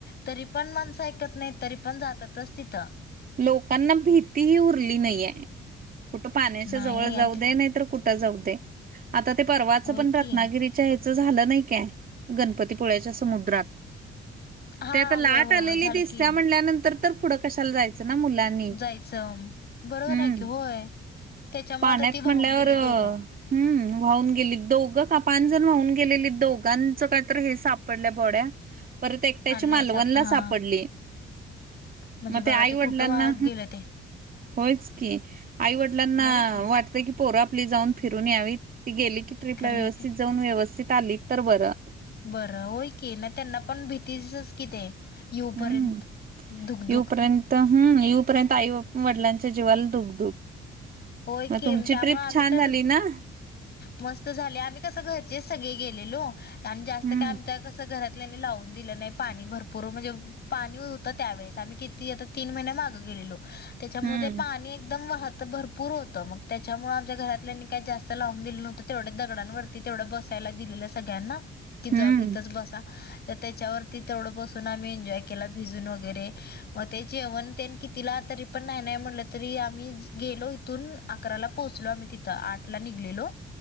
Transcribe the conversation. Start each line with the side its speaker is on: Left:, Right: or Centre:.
Left: तरी पण माणसं ऐकत नायत तरी पण जातातच तिथं.
Right: लोकांना भीती ही उरली नाहीये. कुठं पाण्याच्या
Left: नाही
Right: जवळ
Left: नाही
Right: जाऊदे
Left: आणि ति
Right: नाय तर कुठं जाऊदे, आता ते परवाचं
Left: होय
Right: पण रत्नागिरी
Left: की
Right: च्या ह्याचं झालं नाय काय गणपतीपुळ्याच्या समुद्रात.
Left: हा
Right: ते आता लाट
Left: होय होय
Right: आलेली
Left: होय झालं
Right: दिसत्या
Left: की
Right: म्हल्यानंतर तर पुढं कशाला जाय च -ना मुलांनी
Left: जायचं बरोबर
Right: हम्म.
Left: आहे की होय त्याच्यामुळे
Right: पाण्यात
Left: तर ती वाहून
Right: म्हणल्यावर
Left: गेली
Right: हम्म.
Left: दोघं
Right: वाहून गेलीत दोघं का पान जण वाहून गेलेली दोघांच काय तर हे सापडल्या बॉड्या. परत एकट्याची
Left: आणि
Right: मालवणला
Left: नाहीच आपण हा
Right: सापडली
Left: म्हणजे
Right: म
Left: बघा
Right: ते आई व-
Left: कुठं
Right: डलांना
Left: वाहत गेलं ते
Right: होयच की आई वडलांना
Left: होय की
Right: वाटतय की पोर आपली जाऊन फिरून यावी, ती गेली की ट्रिपला
Left: खरं
Right: व्यवस्थित
Left: हे काय
Right: जाऊन व्यवस्थित आलीत तर बरं.
Left: बरं होय की नाय त्यांना पण भीतीचच कि ते. येऊपर्यंत
Right: हम्म,
Left: धुकधुक
Right: यू पर्यंत <unintelligible> येऊपर्यंत आई बा वडलांच्या जीवाला दुघ दुघ.
Left: होय
Right: म
Left: की
Right: तुमची
Left: त्यामुळे
Right: ट्रिप
Left: आम्ही
Right: छान
Left: तर
Right: झाली ना?
Left: मस्त झाले आम्ही कसं घरचेच सगळे गेलेलो आणि जास्त
Right: हम्म
Left: काय आमच्या कसं घरातल्या लावून दिलं नाय पाणी भरपूर म्हणजे पाणी हुत त्यावेेळेस आम्ही किती आता तीन महिन्या मागं गेलेलो. त्याच्यामुळ
Right: हम्म
Left: ते पाणी एकदम वाहत भरपूर होतं मग त्याच्यामुळ आमच्या घरातल्या काय जास्त लावून दिलं नव्हतं तेवढ्या दगडांवरती तेवढं बसायला दिलेलं सगळ्यांना. कि
Right: हम्म
Left: जा इथच बसा तर त्याच्यावरती तेवढं बसून आम्ही एन्जॉय केला भिजून वगैरे. म ते जेवण तेन कितीला तरी पण न्हाय न्हाय म्हणलं तरी आम्ही गेलो इथून अकराला पोहोचलो आम्ही तिथं, आठ ला निघलेलो